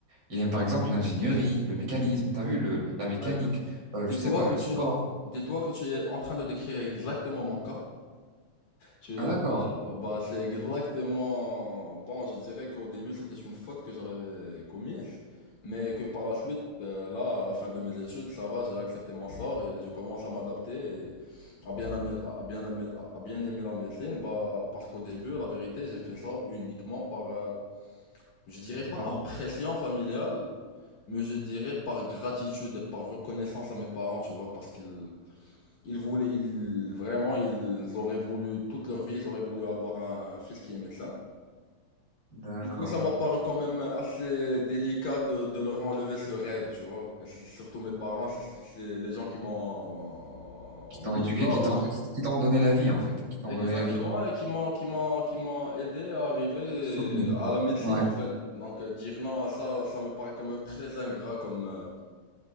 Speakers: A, on the right; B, on the left.
A: Il aime par exemple l'ingénierie, le mécanisme, t'as vu le la mécanique,
B: Bah écoute,
A: euh,
B: dis-toi
A: je sais pas,
B: que
A: le
B: tu,
A: sport.
B: dis-toi que tu es en train de décrire exactement mon cas. Tu,
A: Ah d'accord,
B: bah, bah, c'est exactement. Bon, je dirais qu'au début, c'était une faute que j'avais commise, mais que par la suite, euh, là, à la fin de mes études, ça va, j'ai accepté mon sort et je commence à m'adapter et à bien aimer, à bien aimer, à bien aimer la médecine. Bah, parce qu'au début, la vérité, j'ai fait ça uniquement par, euh, je dirais
A: pour tes
B: pas
A: parents.
B: par pression familiale, mais je dirais par gratitude et par reconnaissance à mes parents, tu vois, parce qu'ils ils voulaient, ils, vraiment, ils auraient voulu, toute leur vie, ils auraient voulu avoir un fils qui est médecin.
A: D'accord.
B: Du coup, ça m'a paru quand même assez délicat de, de leur enlever ce rêve, tu vois. Et c'est surtout mes parents, c'est c'est c'est les gens qui m'ont
A: Qui t'ont
B: mis
A: éduqué,
B: là
A: qui
B: où
A: t'ont
B: je suis.
A: qui qui t'ont donné la vie en fait, qui t'ont
B: Exactement,
A: donné la vie,
B: et qui m'ont, qui m'ont, qui m'ont aidé à arriver
A: soutenu.
B: à la médecine,
A: Ouais.
B: en fait. Donc, euh, dire non à ça, ça me paraît quand même très ingrat comme, euh,